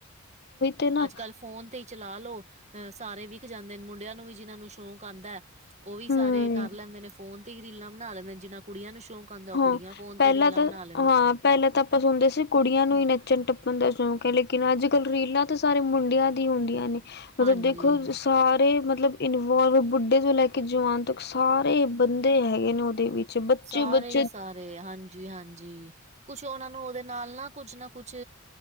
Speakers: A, on the left; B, on the right.
A: ਤੇ ਨਾ
B: ਅਜ-ਕਲ ਫੋਨ ਤੇ ਈ ਚਲਾ ਲੋ, ਅ ਸਾਰੇ ਵਿਕ ਜਾਂਦੇ ਨੇ, ਮੁੰਡੇਆਂ ਨੂੰ ਵੀ ਜਿਨਾਂ ਨੂੰ ਸ਼ੌਕ ਆਂਦੈ ਓ ਵੀ ਸਾਰੇ
A: ਹੂੰ
B: ਕਰ ਲੈਂਦੇ ਨੇ ਫੋਨ ਤੇ ਈ ਰੀਲਾਂ ਬਨਾ ਲੈਂਦੇ ਨੇ, ਜਿੰਨਾ ਕੁੜੀਆਂ ਨੂੰ ਸ਼ੌਕ ਆਉਂਦਾ ਉਹ
A: ਹਾਂ,
B: ਕੁੜੀਆਂ ਫੋਨ
A: ਪੈਲਾਂ
B: ਤੇ ਰੀਲਾਂ
A: ਤਾਂ,
B: ਬਣਾ ਲੈਂਦੇ
A: ਹਾਂ ਪੈਲਾਂ ਤਾਂ ਅਪਾਂ ਸੁਨਦੇ ਸੀ ਕੁੜੀਆਂ ਨੂੰ ਈ ਨੱਚਨ-ਟੱਪਨ ਦਾ ਸ਼ੌਂਕ ਐ ਲੇਕਿਨ ਅਜ-ਕਲ ਰੀਲਾਂ ਤੇ ਸਾਰੇ ਮੁੰਡੇਆਂ ਦੀ ਹੁੰਦੀਆਂ ਨੇ,
B: ਹਾਂਜੀ
A: ਮਤਲਬ ਦੇਖੋ ਸਾਰੇ ਮਤਲਬ ਇਨਵੋਲਵ, ਬੁੱਡੇ ਤੋਂ ਲੈ ਕੇ ਜਵਾਨ ਤਕ ਸਾਰੇ ਬੰਦੇ ਹੈਗੇ ਨੇ ਓਦੇ ਵਿੱਚ। ਬੱਚੇ,
B: ਸਾਰੇ
A: ਬੱਚੇ, ਬਚ
B: ਹੀ ਸਾਰੇ ਹਾਂਜੀ, ਹਾਂਜੀ ਕੁੱਛ ਓਨਾ ਨੂੰ ਓਦੇ ਨਾਲ ਨਾ ਕੁੱਛ ਨਾ ਕੁੱਛ